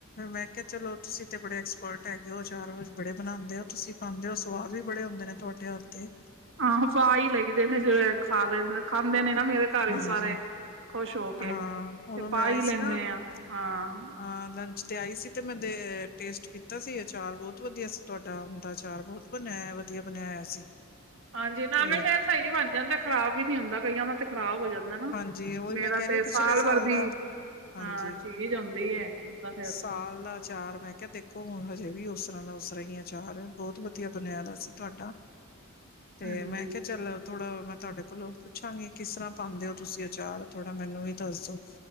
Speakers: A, on the left (about 45°); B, on the right (about 60°).
A: ਮੈਂ ਕਿਆ ਚਲੋ ਤੁਸੀਂ ਤੇ ਬੜੇ ਐਕਸਪਰਟ ਹੈਗੇ ਓ, ਅਚਾਰ ਬੜੇ ਬਣਾਂਦੇ ਓ, ਤੁਸੀਂ ਪਾਂਦੇ ਓ ਸਵਾਦ ਵੀ ਬੜੇ ਹੁੰਦੇ ਨੇ। ਤੁਆਡੇ ਹੱਥ ਦੇ
B: ਆਹੋ ਪਾ ਈ ਲਈਦੇ ਨੇ, ਜੇੜੇ ਖਾ ਲੈਂ, ਖਾਂਦੇ ਨੇ ਨਾ ਮੇਰੇ ਘਰ
A: ਹਾਂਜੀ
B: ਵੀ ਸਾਰੇ। ਖੁਸ਼ ਹੋ ਕੇ
A: ਹਾਂ ਉਦੋਂ
B: ਤੇ ਪਾ
A: ਮੈਂ ਆਈ
B: ਹੀ ਲੈਂਦੇ
A: ਸੀ ਨਾ, ਅਹ
B: ਆ ਹਾਂ
A: ਲੰਚ ਤੇ ਆਈ ਸੀ ਤੇ ਮੈਂ ਦੇ ਟੇਸਟ ਕੀਤਾ ਸੀ ਅਚਾਰ ਬਹੁਤ ਵਧੀਆ ਸੀ ਤੁਆਡਾ, ਅੰਮ ਦਾ ਆਚਾਰ ਬਹੁਤ ਬਣਿਆ ਹੋਇਆ ਵਧੀ ਵਧੀਆ ਬਣਿਆ ਹੋਇਆ ਸੀ।
B: ਹਾਂਜੀ ਨਾਲੇ
A: ਤੇ
B: ਏ ਸਹੀ ਬਣ ਜਾਂਦਾ, ਖ਼ਰਾਬ ਵੀ ਨੀ ਹੁੰਦਾ। ਕਈਆਂ ਦਾ ਤੇ ਖ਼ਰਾਬ ਹੋ ਜਾਂਦਾ। ਨਾ
A: ਹਾਂਜੀ ਓਈ
B: ਮੇਰਾ
A: ਮੈਂ ਕਹਿ ਰਹੀ
B: ਤੇ
A: ਆਂ, ਪਿਛਲੇ ਸਾਲ
B: ਭਰ
A: ਦਾ
B: ਦੀ
A: ਹਾਂਜੀ,
B: ਹਾਂ ਚੀਜ਼ ਆਉਂਦੀ ਹੈ ਬੰਦਾ ਫਿਰ
A: ਸਾਲ ਦਾ ਅਚਾਰ ਮੈਂ ਕਿਆ ਦੇਖੋ ਹੁਣ ਹਜੇ ਵੀ ਉਸ ਤਰਾਂ ਦਾ ਉਸ ਤਰਾ ਈ ਆ ਆਚਾਰ ਬਹੁਤ ਵਧੀਆ ਬਣਿਆ ਦਾ ਸੀ ਤੁਹਾਡਾ। ਤੇ
B: ਹਾਂਜੀ
A: ਮੈਂ ਕਿਹਾ ਚੱਲ ਥੋੜਾ ਮੈਂ ਤੁਆਡੇ ਕੋਲੋਂ ਪੁੱਛਾਂਗੀ, ਕਿਸ ਤਰ੍ਹਾਂ ਪਾਂਦੇ ਓ ਤੁਸੀਂ ਅਚਾਰ, ਥੋੜਾ ਮੈਨੂੰ ਵੀ ਦੱਸਦੋ।